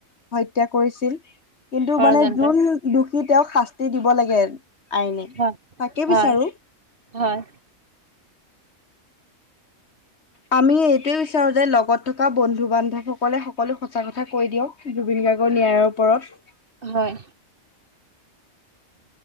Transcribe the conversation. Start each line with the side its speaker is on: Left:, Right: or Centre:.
Left: হত্যা কৰিছিল, কিন্তু
Right: ষড়যন্ত্ৰ
Left: মানে যোন দোষী তেওঁক শাস্তি দিব লাগে। আইনে।
Right: হয়
Left: তাকে
Right: হয়
Left: বিচাৰো
Right: হয়।
Left: আমি এইটোৱে বিচাৰো যে লগত থকা বন্ধু বান্ধৱ সক কলে সকলো সঁচা কথা কৈ দিয়ক জুবিন গাৰ্গৰ ন্যায়ৰ ওপৰত।
Right: হয়।